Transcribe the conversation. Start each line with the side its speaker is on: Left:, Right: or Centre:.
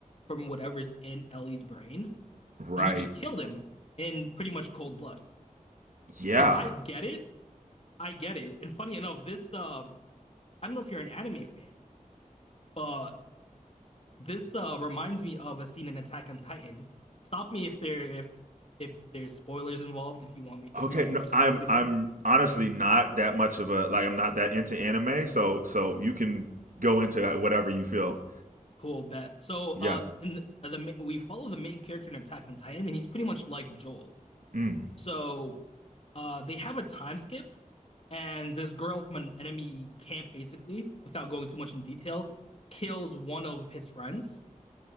Left: from whatever's in Ellie's brain.
Right: Right.
Left: And he just killed him in pretty much cold blood.
Right: Yeah.
Left: So I get it. I get it. And funny enough, this um I don't know if you're an anime fan, but this uh reminds me of a scene in Attack on Titan. Stop me if there if if there's spoilers involved if you want me if
Right: Okay,
Left: you don't want
Right: no,
Left: me to spoil
Right: I'm
Left: anything.
Right: I'm honestly not that much of a like I'm not that into anime, so so you can go into that whatever you feel.
Left: Cool bet. So,
Right: Yeah.
Left: uh, in the, uh, the ma- we follow the main character in Attack on Titan, and he's pretty much like Joel.
Right: Mm.
Left: So, uh, they have a time skip, and this girl from an enemy camp, basically, without going too much in detail, kills one of his friends,